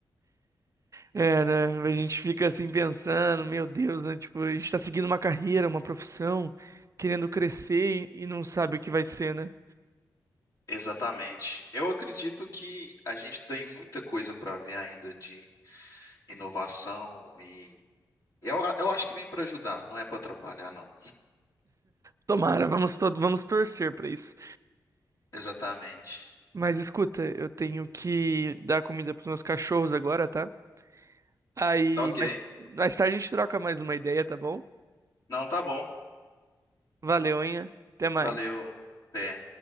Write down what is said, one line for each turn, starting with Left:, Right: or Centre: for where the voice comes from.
Right: É, né? A gente fica assim pensando, meu Deus, né? Tipo, a gente tá seguindo uma carreira, uma profissão, querendo crescer e, e não sabe o que vai ser, né?
Left: Exatamente. Eu acredito que a gente tem muita coisa para ver ainda de inovação e eu, a- eu acho que vem para ajudar, não é para atrapalhar, não.
Right: Tomara, vamos, to vamos torcer pra isso.
Left: Exatamente.
Right: Mas escuta, eu tenho que dar comida pros meus cachorros agora, tá? Aí,
Left: Tá ok?
Right: mais, mais tarde a gente troca mais uma ideia, tá bom?
Left: Não, tá bom.
Right: Valeu, hein? Até mais.
Left: Valeu. Até.